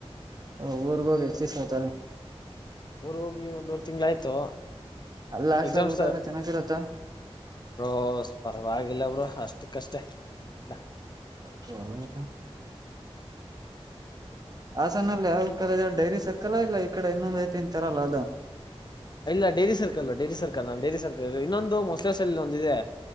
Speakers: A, on the right; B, on the left.
A: ಹ ಊರ್ಗ ಭೇಡ್ತಿ ಸ್ತಾರೆ
B: ಊರು ಹೋಗಿ ಒಂದೂವರ್ ತಿಂಗ್ಳ ಆಯ್ತು
A: ಅಲ್ಲಿ ಲಾಸ್ಟ್ಲಲ್ಲಿ
B: ಎಮ್
A: ಊಟ ಎಲ್ಲ ಚೆನ್ನಾಗಿರುತ್ತಾ
B: ರೋ ಪವಾಗಿ ಆಲ್ಲಬ್ರು ಅಷ್ಟು ಕಷ್ಟೇ ಎಲ್ಲ
A: ಹ್ಮ ಹಾಸನಲ್ಲಿ ಯಾವ ಕಾಲ ಡೈರಿ ಸರ್ಕಲ್ ಇಲ್ಲ ಈ ಕಡೆ ಇನ್ನೊಂದ ಐತಿ ಇನ್ ತರಲ್ಲ ಅದ
B: ಇಲ್ಲ ಡೈರಿ ಸರ್ಕಲ್ ಡೈರಿ ಸರ್ಕಲ್ ನಾನು ಡೈರಿ ಸರ್ಕಲ್ ಇನ್ನೊಂದು ಮೊಸಳೆ ಸಳ್ಳಲ್ಲಿ ಒಂದಿದೆ